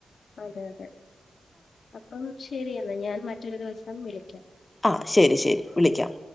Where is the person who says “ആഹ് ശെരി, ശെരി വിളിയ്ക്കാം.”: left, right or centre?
Left